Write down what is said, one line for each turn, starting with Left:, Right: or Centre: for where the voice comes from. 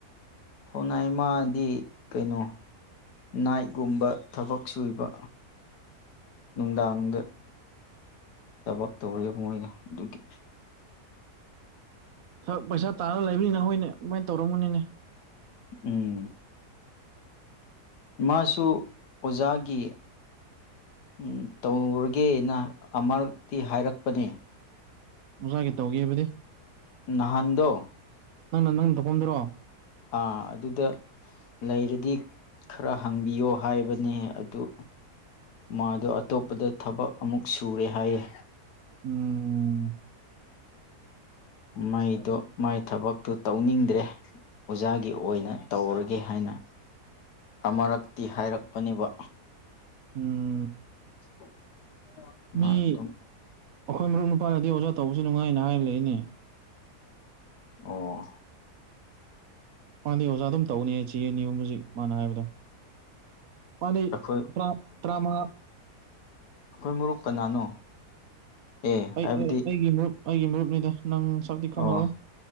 Left: ꯊꯥꯎꯅꯩ ꯃꯥꯗꯤ ꯀꯩꯅꯣ ꯅꯥꯏꯒꯨꯝꯕ ꯊꯕꯛ ꯁꯨꯏꯕ ꯅꯨꯡꯗꯥꯡꯗ ꯊꯕꯛ ꯇꯧꯋꯦ ꯃꯣꯏꯅ ꯗꯨꯒꯤ
Right: ꯊꯛ ꯄꯩꯁꯥ ꯇꯥꯜꯂ ꯂꯩꯕꯅꯤꯅ ꯍꯣꯏꯅꯦ ꯑꯗꯨꯃꯥꯏꯟ ꯇꯧꯔꯝꯒꯅꯤꯅꯦ
Left: ꯎꯝ ꯃꯥꯁꯨ ꯑꯣꯖꯥꯒꯤ ꯎꯝ ꯇꯧꯔꯒꯦꯅ ꯑꯃꯔꯛꯇꯤ ꯍꯥꯏꯔꯛꯄꯅꯦ
Right: ꯑꯣꯖꯥꯒꯤ ꯇꯧꯒꯦꯕꯅꯦ
Left: ꯅꯍꯥꯟꯗꯣ
Right: ꯅꯪꯅ ꯅꯪ ꯗꯣꯛꯕꯝꯗꯔꯣ
Left: ꯑ ꯑꯗꯨꯗ ꯂꯩꯔꯗꯤ ꯈꯔ ꯍꯪꯕꯤꯌꯣ ꯍꯥꯏꯕꯅꯦ ꯑꯗꯨ ꯃꯥꯗꯣ ꯑꯇꯣꯞꯄꯗ ꯊꯕꯛ ꯑꯃꯨꯛ ꯁꯨꯔꯦ ꯍꯥꯏꯌꯦ
Right: ꯎꯝ
Left: ꯃꯩꯗꯣ ꯃꯥꯏ ꯊꯕꯛꯇꯣ ꯇꯧꯅꯤꯡꯗ꯭ꯔꯦ ꯑꯣꯖꯥꯒꯤ ꯑꯣꯏꯅ ꯇꯧꯔꯒꯦ ꯍꯥꯏꯅ ꯑꯃꯔꯛꯇꯤ ꯍꯥꯏꯔꯛꯄꯅꯦꯕ
Right: ꯎꯝ
Left: <unintelligible> ꯃꯥ
Right: ꯃꯤ
Left: ꯑꯗꯨꯝ
Right: ꯑꯩꯈꯣꯏ ꯃꯔꯨꯞ ꯅꯨꯄꯥꯅꯗꯤ ꯑꯣꯖꯥ ꯇꯧꯕꯁꯨ ꯅꯨꯡꯉꯥꯏꯅ ꯍꯥꯏꯔ ꯂꯩꯌꯦꯅꯦ
Left: ꯑꯣ
Right: ꯃꯥꯥꯟꯅꯦ ꯑꯣꯖꯥ ꯑꯗꯨꯝ ꯇꯧꯒꯅꯤ ꯑꯩ ꯆꯤ ꯑꯅꯤꯑꯍꯨꯝꯃꯁꯤ ꯃꯥꯅ ꯍꯥꯏꯕꯗꯣ ꯃꯥꯗꯤ
Left: ꯑꯩꯈꯣꯏ
Right: ꯇ꯭ꯔꯥ ꯇ꯭ꯔꯥꯃꯉꯥ
Left: ꯑꯈꯣꯏ ꯃꯔꯨꯞ ꯀꯅꯥꯅꯣ ꯑꯦ
Right: ꯑꯩ
Left: ꯍꯥꯏꯕꯗꯤ
Right: ꯑꯩ ꯑꯩꯒꯤ ꯃꯔꯨꯞ ꯑꯩꯒꯤ ꯃꯔꯨꯞꯅꯤꯗ ꯅꯪ ꯁꯛꯇꯤ ꯈꯪꯉꯔꯣꯏ
Left: ꯑꯣ